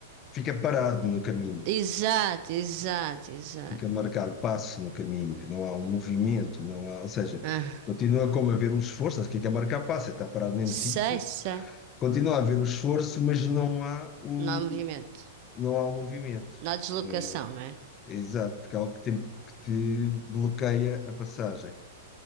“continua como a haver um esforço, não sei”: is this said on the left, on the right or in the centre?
Left